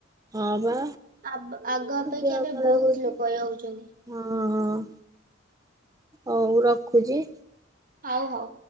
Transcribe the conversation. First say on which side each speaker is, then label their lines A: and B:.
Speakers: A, on the right (about 20°); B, on the right (about 45°).
A: ହଁ ବା।
B: ଆବ୍ ଆଗ ଅପେକ୍ଷା
A: ଦେହ
B: ଏବେ
A: ଖରାପ
B: ବହୁତ
A: ହଉଛି
B: ଲୋକ ଇଏ ହଉ ଛନ୍ତି।
A: ହଁ ହଁ ହଉ ରଖୁଛି।
B: ହଉ ହଉ।